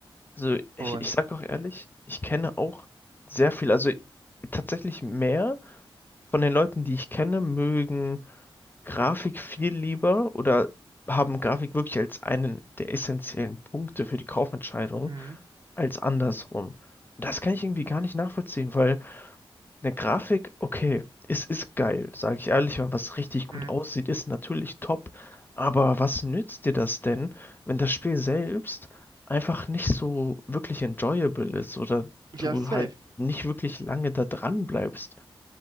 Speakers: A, on the left (about 20°); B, on the right (about 45°).
A: Also ich,
B: Und
A: ich sag auch ehrlich, ich kenne auch sehr viel, also tatsächlich mehr von den Leuten, die ich kenne, mögen Grafik viel lieber oder haben Grafik wirklich als einen der essentiellen Punkte für die Kaufentscheidung
B: mhm,
A: als andersrum. Und das kann ich irgendwie gar nicht nachvollziehen, weil Eine Grafik, okay, es ist geil, sage ich ehrlich, wenn was richtig gut
B: mhm.
A: aussieht, ist natürlich top. Aber was nützt dir das denn, wenn das Spiel selbst einfach nicht so wirklich enjoyable ist oder
B: ja,
A: du
B: safe.
A: halt nicht wirklich lange da dran bleibst?